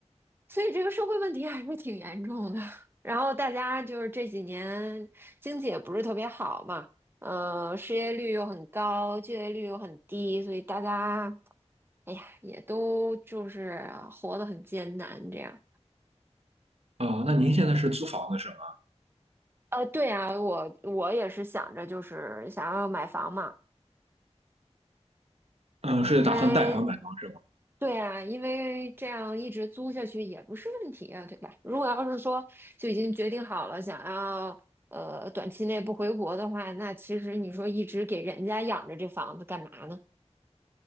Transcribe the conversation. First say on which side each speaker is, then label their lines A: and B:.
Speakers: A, on the right (about 20°); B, on the right (about 60°).
A: 所以这个社会问题还是挺严重的。然后大家就是这几年经济也不是特别好嘛，呃，失业率又很高，就业率又很低，所以大家，哎呀，也都就是活得很艰难这样。
B: 哦，那您现在是租房子是吗？
A: 呃，对呀，我我也是想着就是想要买房嘛，
B: 嗯、是打算贷款买房是吗？
A: 因为对啊，因为这样一直租下去也不是问题啊，对吧？如果要是说就已经决定好了，想要呃短期内不回国的话，那其实你说一直给人家养着这房子干嘛呢？